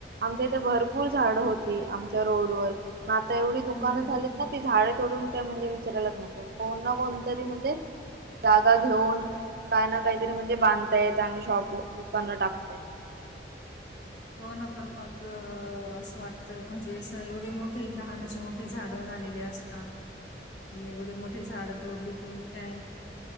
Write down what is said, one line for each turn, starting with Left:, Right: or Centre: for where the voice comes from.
Right: आमच्या इथे भरपूर झाड होती आमच्या रोडवर पण आता एवढी दुकानं
Left: हम्म
Right: झाली. ना ती झाडे तोडून काय म्हणजे विचारायलाच नको कोण ना कोणतरी म्हणजे जागा घेऊन काय ना काहीतरी म्हणजे बांधतायेत आणि शॉप दुकान टाकताय.
Left: हो ना पण मग असं वाटतं म्हणजे एवढे मोठे लहानाचे मोठे ते झाडवून आलेले असतात. आणि एवढी मोठी झाडं तोडली की काय